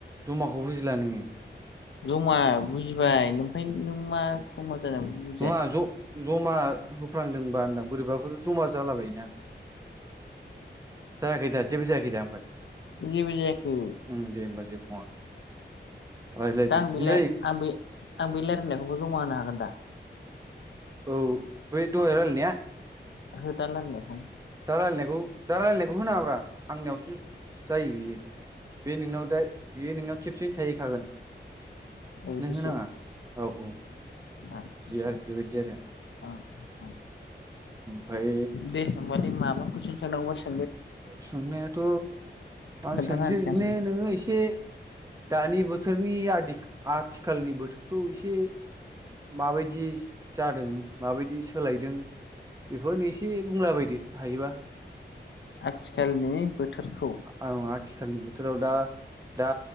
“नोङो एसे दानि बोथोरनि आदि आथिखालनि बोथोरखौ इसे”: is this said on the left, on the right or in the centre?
Right